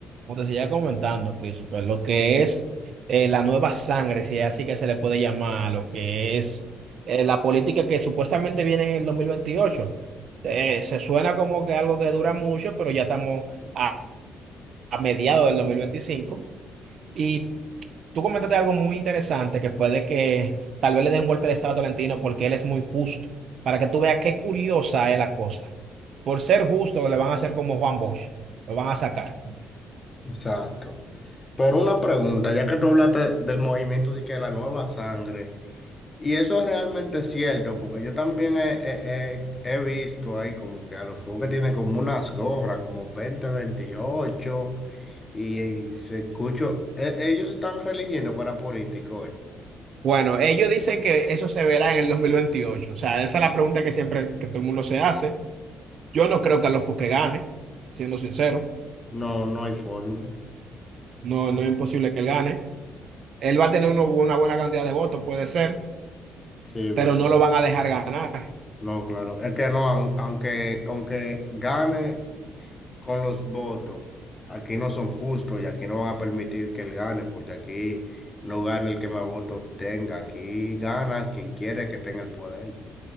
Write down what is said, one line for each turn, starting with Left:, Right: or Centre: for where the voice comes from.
Right: Como te seguía comentando, Christopher, lo que es eh, la nueva sangre, si es así que se le puede llamar, lo que es eh, la política que supuestamente viene en el 2028. Eh, se suena como que algo que dura mucho, pero ya estamos a, a mediados del 2025. Y tú comentaste algo muy interesante, que fue de que tal vez le den un golpe de estado a Tolentino porque él es muy justo, para que tú veas qué curiosa es la cosa. Por ser justo, le van a hacer como Juan Bosch, lo van a sacar.
Left: Exacto. Pero una pregunta, ya que tú hablaste del movimiento de que la nueva sangre, y eso es realmente cierto, porque yo también he, he- he- he visto ahí como que a los que tienen como unas gorras, como 20, 28 y, y se escucho, e- ellos se están religiendo para políticos, eh.
Right: Bueno, ellos dicen que eso se verá en el 2028. O sea, esa es la pregunta que siempre que todo el mundo se hace. Yo no creo que Alonso que gane, siendo sincero.
Left: No, no hay forma.
Right: No, no es imposible que él gane. Él va a tener uno- una buena cantidad de votos, puede ser,
Left: Sí, pero
Right: pero no lo van a dejar ganar.
Left: no, claro. Es que no, aun- aunque, aunque gane. con los votos, aquí no son justos y aquí no van a permitir que él gane, porque aquí no gana el que más votos tenga, aquí gana quien quiere que tenga el poder.